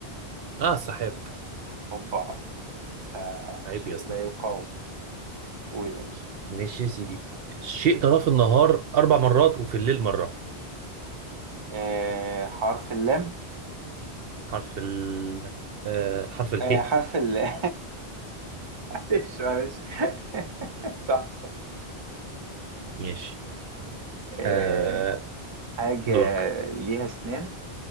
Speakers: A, on the right; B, on the right.
A: لا السحاب
B: اوبا ده
A: عيب
B: شيء
A: يا اسطى
B: لا يقاوم قول يا باشا
A: ماشي يا سيدي الشيء تراه في النهار أربع مرات وفي الليل مرة
B: آه حرف اللام
A: حرف ال آه حرف اله
B: آه، حرف ال <laughs> معلش معلش <laughs> صح صح
A: ماشي
B: آه،
A: آه
B: حاجة
A: دورك
B: ليها أسنان